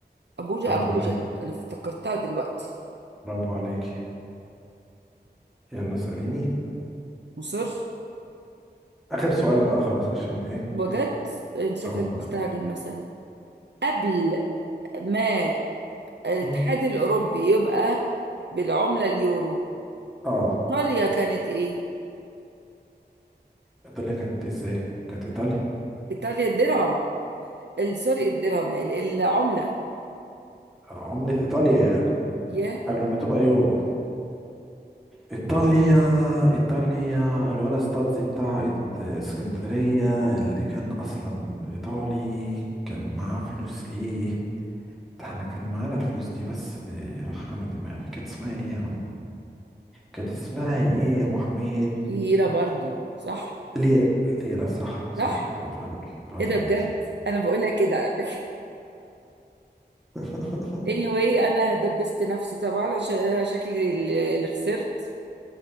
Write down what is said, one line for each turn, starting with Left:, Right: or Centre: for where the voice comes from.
Right: أبوجا
Centre: برافو
Right: أبوجا
Centre: عليك
Right: أنا افتكرتها دلوقتي
Centre: برافو عليك يلا اسأليني
Right: مصر
Centre: آخر سؤال بقى خلاص عشان ايه
Right: بجد انت شكلك
Centre: اه والله
Right: مستعجل مثلا قبل ما الاتحاد
Centre: مم.
Right: الاوروبي يبقى بالعمله اليورو
Centre: اه
Right: ايطاليا كانت ايه
Centre: ايطاليا كانت إيه ازاي كانت ايطاليا
Right: ايطاليا الدرهم ال- سوري الدرهم ال- العمله
Centre: آه، عملة ايطاليا يعني
Right: يا
Centre: قبل ما تبقى يورو ايطاليا ايطاليا الولا ستادزي بتاع إد- اسكندرية اللي كان اصلا ايطالي كان معاه فلوس ايه ده احنا كان معانا الفلوس دي بس إيه، راحة من دماغي كانت اسمها ايه يا عم كانت اسمها ايه يا ابو حميد
Right: ليره برضو صح
Centre: ليه ليه صح صح
Right: صح
Centre: برافو عليك برافو
Right: ايه ده
Centre: عليك
Right: بجد انا بقول لك كده <laughs> على فكره
Centre: <laughs>
Right: anyway انا دبست نفسي طبعا عشان انا شكلي اللي اللي خسرت